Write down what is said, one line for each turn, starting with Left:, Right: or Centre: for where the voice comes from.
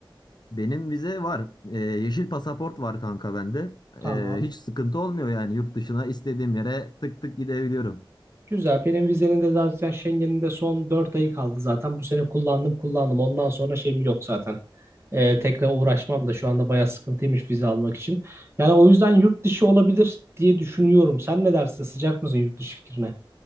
Left: Benim vize var. E, yeşil pasaport var kanka bende.
Right: Tamam.
Left: E, hiç sıkıntı olmuyor yani yurt dışına istediğim yere tık tık gidebiliyorum.
Right: Güzel. Benim vizenin de zaten Schengen'in de son 4 ayı kaldı zaten. Bu sene kullandım kullandım. Ondan sonra şeyim yok zaten. Ee, tekrar uğraşmam da şu anda bayağı sıkıntıymış vize almak için. Yani o yüzden yurt dışı olabilir diye düşünüyorum. Sen ne dersin? Sıcak mısın yurt dışı fikrine?